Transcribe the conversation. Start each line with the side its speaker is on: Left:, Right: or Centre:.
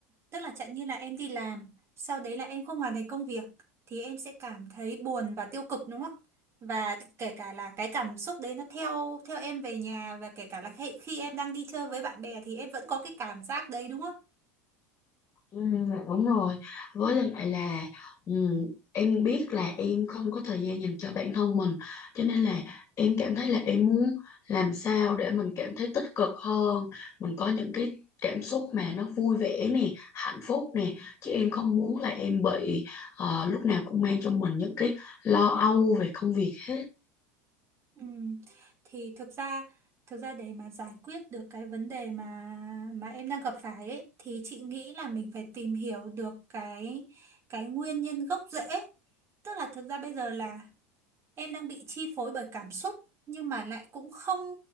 Right: tức là chẳng như là em đi làm sau đấy là em không hoàn thành công việc thì em sẽ cảm thấy buồn và tiêu cực đúng không? Và kể cả là cái cảm xúc đấy nó theo theo em về nhà và kể cả là khi, khi em đang đi chơi với bạn bè thì em vẫn có cái cảm giác đấy đúng không?
Left: ừ, đúng rồi với lại là ừ, em biết là em không có thời gian dành cho bản thân mình cho nên là em cảm thấy là em muốn làm sao để mình cảm thấy tích cực hơn mình có những cái cảm xúc mà nó vui vẻ nè hạnh phúc nè chứ em không muốn là em bị ờ, lúc nào cũng mang trong mình những cái lo âu về công việc hết
Right: Ừ. Thì thực ra thực ra để mà giải quyết được cái vấn đề mà mà em đang gặp phải ấy, thì chị nghĩ là mình phải tìm hiểu được cái cái nguyên nhân gốc rễ tức là thực ra bây giờ là em đang bị chi phối bởi cảm xúc nhưng mà lại cũng không